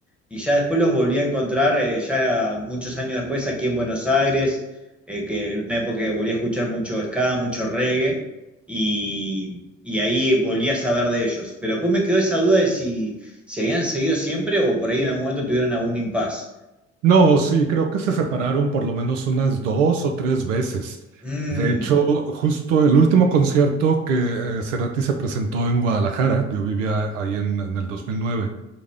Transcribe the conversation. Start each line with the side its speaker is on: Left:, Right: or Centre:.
Centre: y ya después los volví a encontrar eh, ya muchos años después aquí en Buenos Aires, eh, que en una época que volví a escuchar mucho ska, mucho reggae y, y ahí volví a saber de ellos. Pero después me quedó esa duda de si ¿Se habían seguido siempre o por ahí en algún momento tuvieron algún impas?
Right: No, sí, creo que se separaron por lo menos unas dos o tres veces.
Centre: Mmm,
Right: De hecho, justo el último concierto que eh, Cerati se presentó en Guadalajara, yo vivía ahí en, en el 2009,